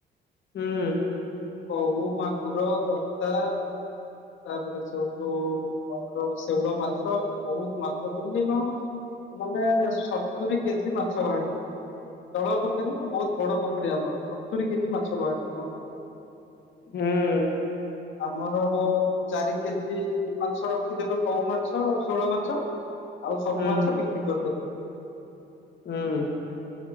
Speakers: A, on the left; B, on the left.
A: ହୁଁ।
B: କହୁ, ମାକୁର, ରତା ତାପରେ ସେଉଠୁ ଆମର ଶେଉଳ ମାଛ ବହୁତ ମାଛ ମିନିମମ୍ ମାନେ ସତୁରି କେଜି ମାଛ ବାହାରିଚି। ତଳ ପୋଖରୀ ଠୁ ବହୁତ ବଡ ପୋଖରୀ ଆମର ସତୁୁରି କେଜି ମାଛ ବାହାରିଥିଲା ଆମ ପୋଖର
A: ହଁ।
B: ଆମର ଅ ଅ ଚାରି କେଜି ମାଛ ରଖିଦେଲୁ କଉ ମାଛ। ତୋଳ ମାଛ ଆଉ ସବୁ
A: ହୁଁ
B: ମାଛ ବିକ୍ରି କରିଦେଲୁ।
A: ହୁଁ।